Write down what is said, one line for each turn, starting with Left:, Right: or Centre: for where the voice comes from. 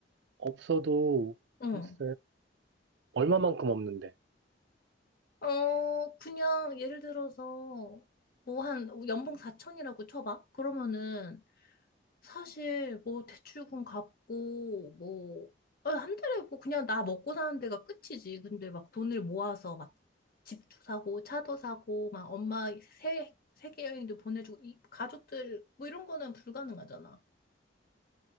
Right: 없어도,
Left: 응.
Right: 글쎄, 얼마만큼 없는데.
Left: 어, 그냥 예를 들어서 뭐 한 연봉 4천이라고 쳐봐. 그러면은 사실 뭐 대출금 갚고 뭐 어, 한 달에 뭐 그냥 나 먹고 사는 데가 끝이지. 근데 막 돈을 모아서 막 집도 사고 차도 사고 막 엄마 세 세계 여행도 보내주고 이 가족들 뭐 이런 거는 불가능하잖아.